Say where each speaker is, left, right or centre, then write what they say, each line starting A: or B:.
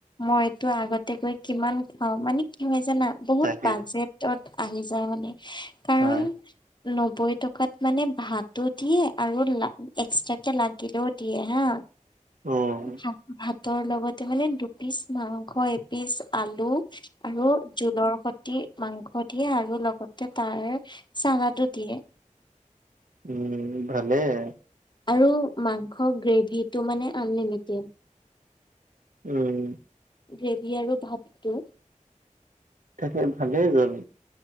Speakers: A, on the left; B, on the right.
A: মইটো আগতে কৈ কিমান খাওঁ মানে কি হয় জানা বহুত
B: তাকে
A: বাজেটত আহি যায় মানে কাৰণ
B: হয়
A: নব্বৈ টকাত মানে ভাতো দিয়ে আৰু এক্সট্ৰাকে লাগিলেও দিয়ে হা
B: অ'।
A: ভাত ভাতৰ লগতে মানে দুপিচ মাংস এপিচ আলু আৰু জোলৰ সতি মাংস দিয়ে আৰু লগতে তাৰ চানাটো দিয়ে।
B: উম, ভালেই।
A: আৰু মাংস গ্ৰেভিটো মানে আনলিমিটেড।
B: উম।
A: গ্ৰেভি আৰু ভাতটো।
B: তাকে ভালেইচোন,